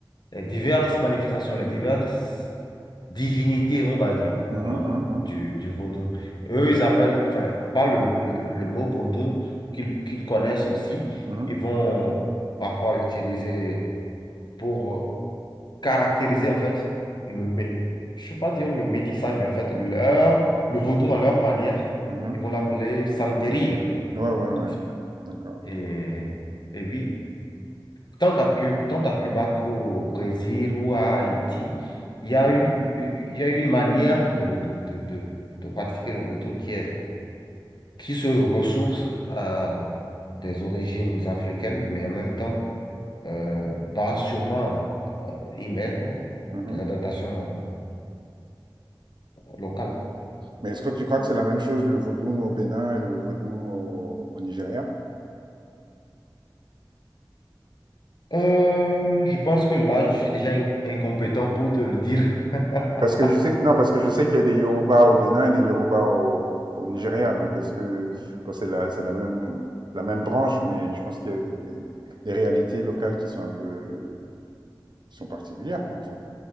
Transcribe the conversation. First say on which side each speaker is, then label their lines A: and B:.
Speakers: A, on the left (about 60°); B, on the right (about 65°).
A: les diverses manifestations, les diverses. divinité, on va dire,
B: Mhm,
A: hein,
B: mhm, mhm.
A: du, du vaudou. Eux,
B: D'accord.
A: ils appellent, enfin, par le, le- le mot vaudou qu'ils qu'ils connaissent aussi,
B: Mhm,
A: ils vont parfois utiliser pour caractériser, en fait, le, mé- je ne vais pas dire le métissage, mais en fait, leur, le vaudou à leur manière,
B: mhm.
A: ils vont l'appeler santeria,
B: Ouais, ouais, ouais.
A: n'est-ce pas?
B: D'accord.
A: Et, et oui tant à Cuba, tant à Cuba qu'au Brésil ou à Haïti, il y
B: Mhm,
A: a une, il y a une manière de, de, de, de- de pratiquer le vodou qui est, qui se ressource à des origines africaines, mais en même temps euh, va sûrement émettre
B: mhm.
A: des adaptations locales.
B: Mais est-ce que tu crois que c'est la même chose le Vodou au Bénin et le Vodou au, au Nigeria?
A: Euh, je pense que là, je suis déjà in- incompétent pour te le dire. <laughs>
B: Parce que je sais, non, parce que je sais qu'il y a des Yoruba au Bénin et des Yoruba au, au Nigeria. Donc, est-ce que, bon, c'est la, c'est la même, la même branche, mais je pense qu'il y a des, des réalités locales qui sont un peu, qui sont particulières, quoi, en fait.